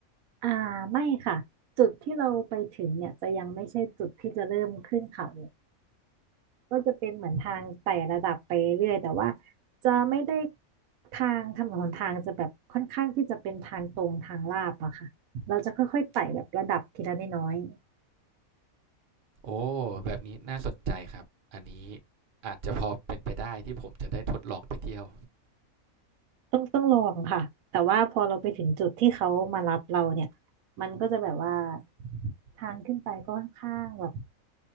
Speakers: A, on the right (about 80°); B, on the right (about 45°).
A: อ่าไม่ค่ะจุดที่เราไปถึงเนี่ยจะยังไม่ใช่จุดที่จะเริ่มขึ้นเขาก็จะเป็นเหมือนทางไต่ระดับไปเรื่อยแต่ว่าจะไม่ได้ทางถนนหนทางจะแบบค่อนข้างที่จะเป็นทางตรงทางลาดอะค่ะเราจะค่อยๆไต่แบบระดับทีละน้อย
B: โอ้แบบนี้น่าสนใจครับอันนี้อาจจะพอเป็นไปได้ที่ผมจะได้ทดลองไปเที่ยว
A: ต้องต้องลองค่ะแต่ว่าพอเราไปถึงจุดที่เขามารับเราเนี่ยมันก็จะแบบว่าทางขึ้นไปก็ค่อนข้างแบบ